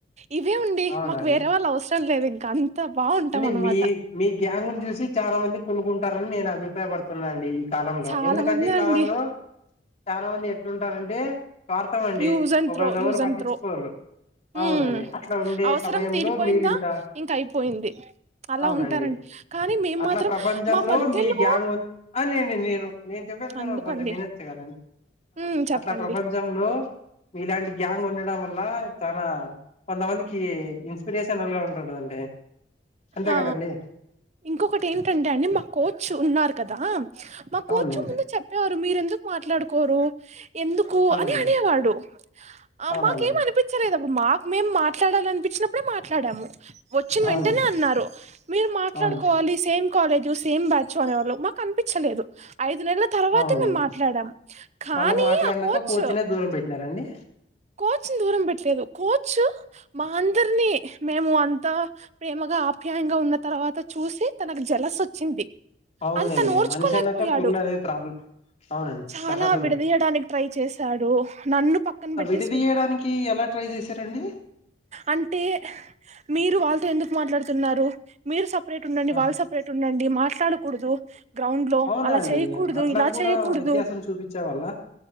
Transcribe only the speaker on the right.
ఇవే ఉండి
మాకు
వేరే వాళ్ళు అవస లేదు ఇంక ఆన్ త బావుంటాం
అనమాట
చాలా
మంది
అండి
యూజ్ అండ్
త్రో
యూజ్
అండ్ త్రో
ఉమ్
అవసరం
తీరిపోయిందా
ఇంక అయిపోయింది అలా
ఉంటారండి కానీ మేము
మాత్రం
మా మధ్యలో
అందుకండి
ఉమ్ చెప్పండి
ఆ
ఇంకొకటి ఏంటంటే అండి మా కోచ్ ఉన్నారు కదా మా కూర్చం
ముందు చెప్పేవాళ్ళ మీర ఎందుకు మాట్లాడుకోరు ఎందుకు
అని అనేవాడు
మాకేం అనిపించలేదు మాకు మేం మాట్లాడాల అనిపించినప్పుడే మాట్లాడాము వచ్చిన
వెంట అంట అన్నారు మీరు మాట్లాడుకోవాలి
సేమ్ కాలజ సేమ్ బచ్నే వాళ కనిపించలేదు ఐదు నెలల తర్వాతే
మేము మాట్లాడాం కానీ
ఆ కోచ్
కోచ్ ని దూరం పెట్టలేదు కోచ్ మా అందరినీ మేము అ అంత ప్రేమగా ఆప్యాయంగా ఉన్న తర్వాత చూసి తనకు జలస్ వచ్చింది
అది తను ఓర్చుకోలేకపోయాడు
చాలా
విడదీయడానికి ట్రై చేశాడు నన్ను పక్కన పెట్టి
అంటే మీరు వాళ్ళతో ఎందుకు మాట్లాడుతున్నారు మీరు స సప్రేట్ ఉండడి
వాళ్లు సప్రేట్ ఉండడి ఇది మాట్లాడకూడదు గ్రౌండ్ లో
అలా
చేయకూడదు
ఇలా
చేయకూడదు